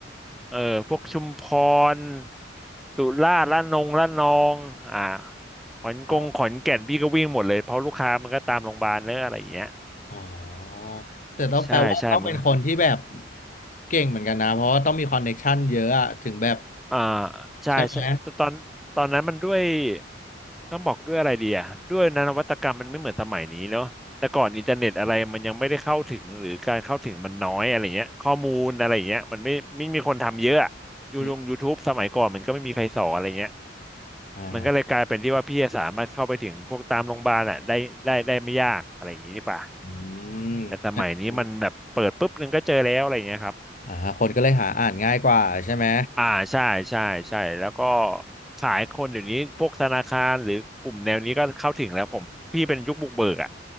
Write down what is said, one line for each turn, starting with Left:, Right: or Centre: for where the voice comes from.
Centre: เออพวกชุมพรสุราษฎร์ระนองระนองอ่าขอนกงขอนแก่นพี่ก็วิ่งหมดเลยเพราะลูกค้ามันก็ตามโรงพยาบาลเนอะอะไรอย่างเงี้ย
Left: อ๋อ อ๋อ แต่ต้องแปลว่าต้องเป็นคนที่แบบ
Centre: ใช่ใช่มัน
Left: เก่งเหมือนกันนะ เพราะว่าต้องมีคอนเน็กชันเยอะอะถึงแบบ
Centre: อ่าใช่ใช่ตอนตอนนั้นมันด้วย
Left: ใช่ไหม
Centre: ต้องบอกด้วยอะไรดีอ่ะด้วยนะนวัตกรรมมันไม่เหมือนสมัยนี้เนาะแต่ก่อนอินเทอร์เน็ตอะไรมันยังไม่ได้เข้าถึงหรือการเข้าถึงมันน้อยอะไรเงี้ยข้อมูลอะไรเงี้ยมันไม่ไม่มีคนทำเยอะอะยูลงยูทูบสมัยก่อนมันก็ไม่มีใครสอนอะไรเงี้ย
Left: อืมอ่า
Centre: มันก็เลยกลายเป็นที่ว่าพี่สามารถเข้าไปถึงพวกตามโรงพยาบาลอ่ะได้ได้ได้ไม่ยากอะไรอย่างงี้ดีกว่า
Left: อืมแล้วแบบนี้
Centre: แต่สมัยนี้มันแบบเปิดปุ๊บนึงก็เจอแล้วอะไรเงี้ยครับ
Left: อ่าคนก็เลยหาอ่านง่ายกว่าใช่ไหม
Centre: อ่าใช่ใช่ใช่แล้วก็ขายคนเดี๋ยวนี้พวกธนาคารหรือกลุ่มแนวนี้ก็เข้าถึงแล้วผมพี่เป็นยุคบุกเบิกอะ